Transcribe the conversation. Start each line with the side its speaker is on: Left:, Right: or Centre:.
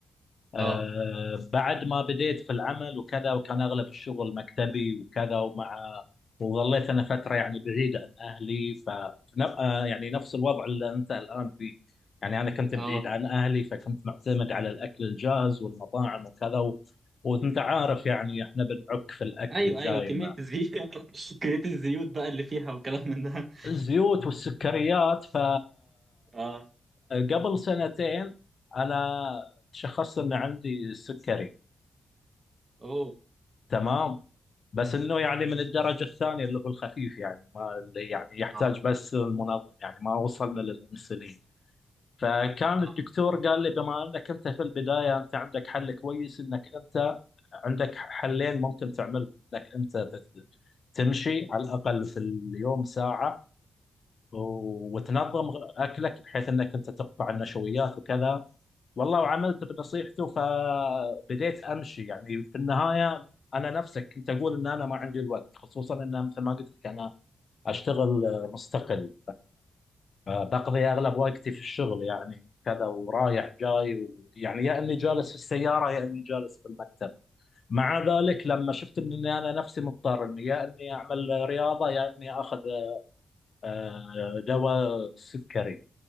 Left: آه،
Right: اه
Left: بعد ما بديت في العمل وكذا وكان اغلب الشغل مكتبي وكذا ومع وظليت انا فتره يعني بعيده عن اهلي ف في نف- آه، يعني نفس الوضع اللي انت الان فيه يعني انا كنت
Right: اه
Left: بعيد عن اهلي فكنت معتمد على الاكل الجاهز والمطاعم وكذا و... وانت عارف يعني احنا بنعك في الاكل
Right: ايوه
Left: دائما
Right: ايوه كميه الزيوت <laughs> كميه الزيوت بقى اللي فيها وكلام من ده
Left: الزيوت والسكريات ف
Right: اه
Left: قبل سنتين انا تشخصت ان عندي سكري
Right: اوه
Left: تمام بس انه يعني من الدرجه الثانيه اللي هو الخفيف يعني ما اللي يعني يحتاج
Right: اه
Left: بس المنظم يعني ما وصلنا للانسولين فكان
Right: اه
Left: الدكتور قال لي بما انك انت في البدايه انت عندك حل كويس انك انت عندك حلين ممكن تعملهم انك انت تت- تمشي على الاقل في اليوم ساعه وتنظم اكلك بحيث انك انت تقطع النشويات وكذا والله وعملت بنصيحته فبديت امشي يعني في النهايه انا نفسك كنت اقول ان انا ما عندي الوقت خصوصا ان مثل ما قلت لك انا اشتغل مستقل فبقضي اغلب وقتي في الشغل يعني كذا ورايح جاي و... يعني يا اني جالس في السياره يا اني جالس في المكتب مع ذلك لما شفت اني انا نفسي مضطر اني يا اني اعمل رياضه يا اني اخذ آه، دواء سكري